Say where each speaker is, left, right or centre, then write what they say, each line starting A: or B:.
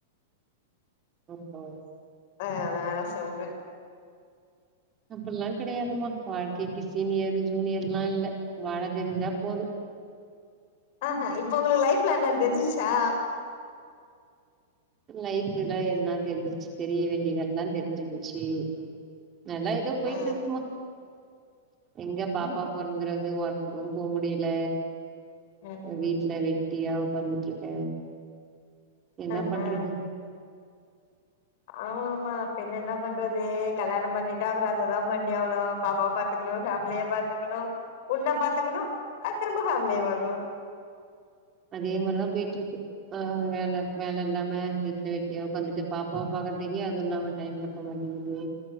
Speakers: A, on the right; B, on the left.
A: ஓ ஓ
B: அதனாலா சொல்ற
A: அப்பில்லா கெடையாதுமா வாழ்க்கைக்கு சீனியரு ஜூனியருலா இல்ல வாழ தெரிஞ்சா போதும்
B: அ ஆ இப்ப உங்களுக்கு லைஃப்னா என்ன தெரிஞ்சிச்சா
A: லைஃப்புனா என்ன தெரிஞ்சிச்சு தெரிய வேண்டியதெல்லா தெரிஞ்சு போச்சு நல்லா தா போயிட்ருக்குமா
B: ஆ
A: எங்க பாப்பா
B: ம்
A: பொற தூங்றது ஒர்க்குக்கும் போ முடியல
B: ம்
A: வீட்ல வெட் டியா உக்காந்துட்ருக்க என்ன
B: ஆஹா
A: பண்றது
B: ஆமா பின்ன என்ன பண்றது கல்யாணம் பண்ணிட்டா அப்புறம் அததா பண்ணி ஆவுனு பாப்பாவ பாத் த்துக்கனு ஃபேமிலிய பாத்துக்கனு உன்ன பாத்துக்குனு அடுத் திரும்ப ஃபேமிலிய பாக்கனு
A: அதே மாரிதா போய்ட்ருக்கு ஆ வேல வேல இல்லாம வீட்ல வெட்டியா உக்காந்துட்டு பாப்பாவ பாக்கறதக்கே அது இல்லாம டைம் ப பண்ண மாட்டிக்கிது